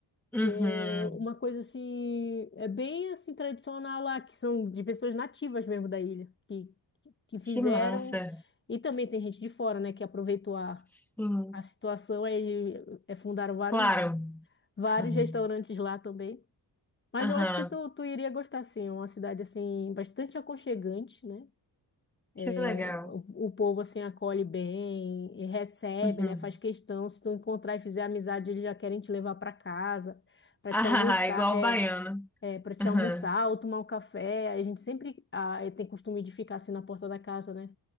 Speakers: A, in the centre; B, on the left.
A: uhum.
B: que é uma coisa assim, é bem assim tradicional lá, que são de pessoas nativas mesmo da ilha, que, que fizeram,
A: Que massa.
B: e também tem gente de fora, né, que aproveitou a,
A: Sim,
B: a situação, aí é, fundaram vários,
A: claro.
B: vários
A: <laughs>
B: restaurantes lá também. Mas
A: Aham,
B: eu acho que tu, tu iria gostar, sim, é uma cidade assim, bastante aconchegante, né?
A: que
B: É,
A: legal.
B: O, o povo assim acolhe bem, e recebe,
A: Uhum.
B: né? Faz questão, se tu encontrar e fizer amizade, eles já querem te levar para casa, para
A: Ah,
B: te almoçar,
A: <laughs> igual
B: é
A: o baiano.
B: para te
A: Aham,
B: almoçar ou tomar um café. A gente sempre ah, tem costume de ficar assim na porta da casa, né?